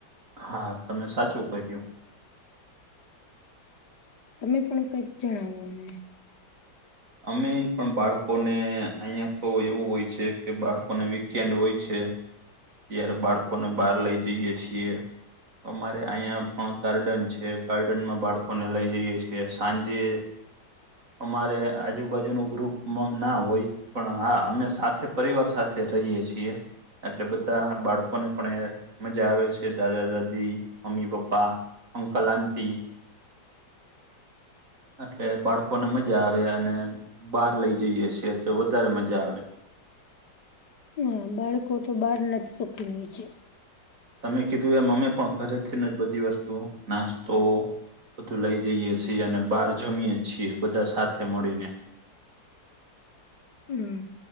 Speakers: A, on the right; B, on the left.
A: હા તમે સાચું કહ્યું
B: તમે પણ કંઈક જણાવો અમને
A: અમે પણ બાળકોને અહિયાંયા તો એવું હોય છે કે બાળકોને વીકેન્ડ હોય છે ત્યારે બાળકો ને બહાર લઇ જઈએ છીએ અમારે અહિયાં પણ ગાર્ડન છે ગાર્ડન માં બાળકોને લઈ જઈએે છીએ સાંજે અમારે આજુબાજુ ન ગ્રુપ ના હોય પણ હા અમે સાથે પરિવાર સાથે રહીએ છીએ એટલે બધા બાળકોને પણ મજા આવે છે દાદા દાદી મમ્મી પપ્પા અંકલ આટી એટલે બાળકોને મજા આવે અને બહાર લઈ જઈએ છેએ તો વધારે મજા આવે
B: હા બાળકો તો બહારનાં જ શોખીન હોય છે.
A: તમે કીધું એ અમે પણ ઘરેથી ન જ બધી વસ્તુ નાસ્તો બધું લઇ જઈએ છીએ અને બહાર જમીએ છીએ બધા સાથે મળીને
B: હમ